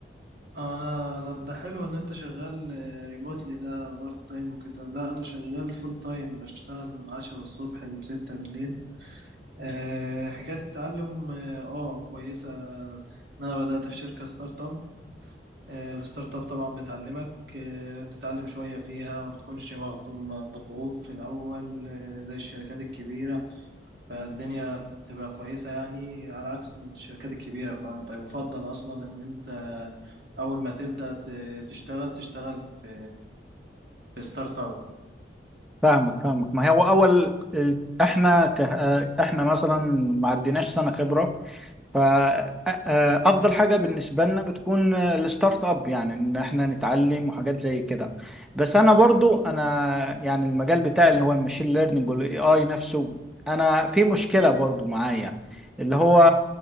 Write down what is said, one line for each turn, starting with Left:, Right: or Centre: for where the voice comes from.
Right: انا طب ده حلو ان انت شغال ريموتلي ده بارت تايم وكده لا انا شغال فول تايم بشتغل من عشرة الصبح لستة بالليل أه حكاية التعلم اه آه، كويسة ان انا بدأت في شركة ستارت اب آه، الستارت اب طبعا بتعلمك آه، بتتعلم شوية فيها ما بتكونش مغض- مضغوط في الاول آه، زي الشركات الكبيرة فالدنيا بتبقى كويسة يعني على عكس الشركات الكبيرة فأنت يفضل أصلا إن أنت أول ما تبدأ ت- تشتغل تشتغل في في ستارت أب
Centre: فاهمك فاهمك ما هو أول ال- إحنا ك... آه، إحنا مثلا ما عديناش سنة خبرة فأفضل حاجة بالنسبة لنا بتكون الستارت اب يعني إن إحنا نتعلم وحاجات زي كده بس أنا برضو أنا يعني المجال بتاعي اللي هو الماشين ليرنينج والاي آي نفسه أنا في مشكلة برضو معايا اللي هو